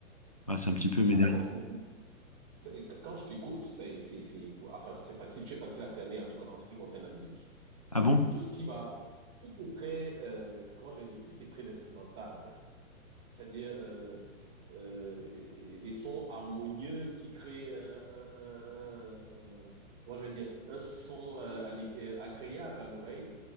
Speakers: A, on the left; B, on the right.
A: Voilà, c'est un petit peu mes
B: Ah
A: derniers.
B: d'accord. C'est- Quand je t'écoute, c'est c'est- c'est- enfin, c'est facile, tu es facile à cerner en tout cas en ce qui concerne la musique.
A: Ah bon?
B: Tout ce qui va, tout ce qui est très, euh, comment je vais dire, tout ce qui est très instrumental, c'est-à-dire euh, euh, des sons harmonieux qui créent euh, un, un- un- un- comment je vais dire, un son euh, allé- euh, agréable à l'oreille.